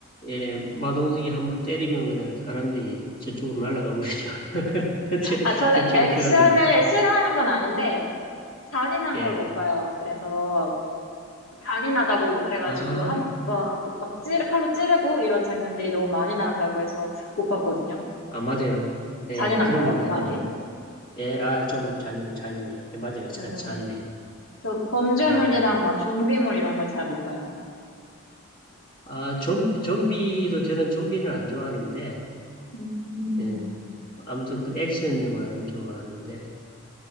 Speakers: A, on the left (about 40°); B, on the left (about 70°).
A: 예, 마동석이 한번 때리면 그냥 사람들이 저쪽으로 날아가 버리죠. <laughs> 덩치-
B: 아, 저는
A: 덩치가
B: 액션을
A: 커가지고.
B: 싫어하는 건 아닌데, 잔인한
A: 예.
B: 걸 못 봐요. 그래서, 잔인하다고 그래가지고,
A: 아,
B: 한, 번 막, 찌르, 칼로 찌르고 이런 장면들이 너무 많이 나온다고 해서 못 봤거든요.
A: 아, 맞아요. 예,
B: 잔인한가요?
A: 그런 게 많이
B: 많이?
A: 나와요. 예, 아, 좀 잔인해, 잔인해요. 예, 맞아요. 자,
B: 네.
A: 잔인해.
B: 저 범죄물이랑
A: 음.
B: 막 좀비물 이런 걸 잘 못 봐요.
A: 아, 좀, 좀비도 저는 좀비는 안 좋아하는데,
B: 음.
A: 예. 아무튼 그 액션 영화는 좋아하는데,